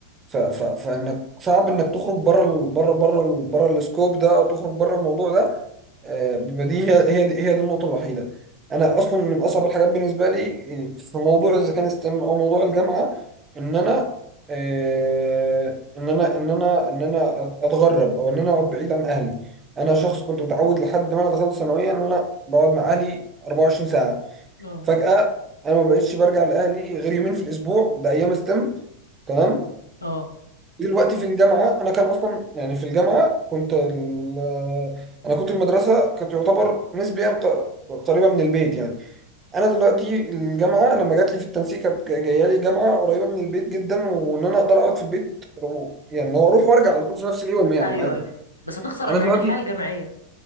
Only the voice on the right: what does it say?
ف... ف... فانك صعب انك تخرج بره ال... بره بره ال... بره السكوب ده او تخرج بره الموضوع ده آه، بيبقى دي هي هي دي, هي دي النقطه الوحيده انا اصلا من اصعب الحاجات بالنسبه لي آه، في موضوع اذا كان ستيم او موضوع الجامعه ان انا آه، ان انا ان انا ان انا اتغرب او ان انا اقعد بعيد عن اهلي انا شخص كنت متعود لحد ما انا دخلت ثانويه ان انا بقعد مع اهلي 24 ساعه
فجاه انا ما بقتش برجع لاهلي غير يومين في الاسبوع ده ايام ستيم تمام
دلوقتي في الجامعة أنا كان أصلا يعني في الجامعة كنت ال... أنا كنت المدرسة كانت تعتبر نسبيا ق- قريبة من البيت يعني أنا دلوقتي الجامعة لما جات لي في التنسيق كانت جاية لي جامعة قريبة من البيت جدا وإن أنا أقدر أقعد في البيت رو- يعني لو أروح وأرجع على طول في نفس اليوم يعني
عادي
أنا
دلوقتي